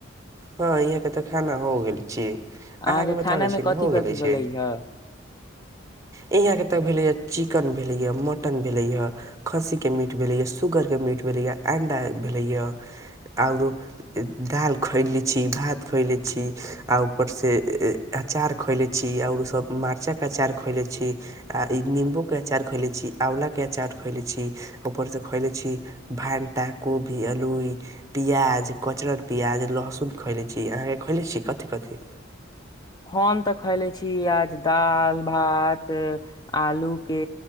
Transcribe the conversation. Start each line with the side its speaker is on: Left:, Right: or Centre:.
Right: हँ, ईहके तऽ खाना हो गेल।
Left: अहाँके
Right: अहाँ के बताबै
Left: खाना
Right: छी
Left: मे
Right: न
Left: कथि
Right: हो गेले
Left: कथि
Right: छियै
Left: भेलै ह
Right: यहाँ के त भेलेयै चिकन। भेलै मैं मटन भेलै ह खसी के मीट भेलै मैं सुगर के मीट भेलै य अंडा भेलै य आउरो दाल खैली। छि भात खइले <unintelligible> छी आ उपर से अचार खइले छी आओर सब मारचक अचार खइले छी आ इ निम्बू खइले छी आंवला के अचार खइले छी उपर स खइले छी भाटा कोबी अलुइ पियाज कचरल पियाज लहसुन। खइले छी, अहाँके खइले छी कथी कथी।
Left: हम तऽ खैले छी आज दाल, भात, आलू के